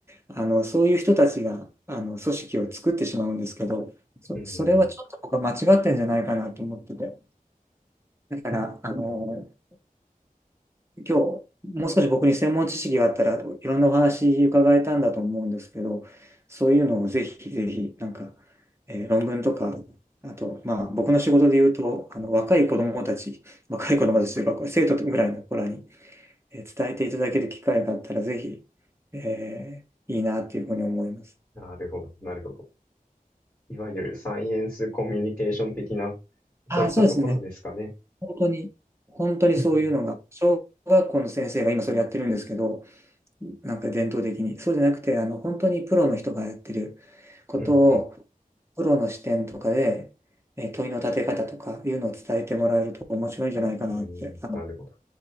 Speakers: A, on the right (about 15°); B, on the left (about 15°).
A: あの、そういう人たちが、あの、組織を作ってしまうんですけど、そ、
B: うん
A: それはちょっと僕は間違ってんじゃないかなと思ってて。だから、あの、今日、もう少し僕に専門知識があったらいろんなお話伺えたんだと思うんですけど、そういうのをぜひぜひ、なんか、えー論文とか、あと、まあ、僕の仕事で言うと、あの、若い子供たち、若い子供たちというか、これ生徒ぐらいの子らに、えー伝えていただける機会があったら、ぜひ、えーいいなっていうふうに思います。
B: なるほど、なるほど。いわゆるサイエンスコミュニケーション的な、
A: ああ、
B: そういったところですかね。
A: そうですね。本当に、本当にそういうのが、
B: うんうん、
A: 小学校の先生が今それやってるんですけど、なんか伝統的に。そうじゃなくて、あの、本当にプロの人がやってることを、
B: うん、
A: プロの視点とかで、えー問いの立て方とかいうのを伝えてもらえると面白いんじゃないかなって、
B: うんうん、
A: あの、
B: なるほど。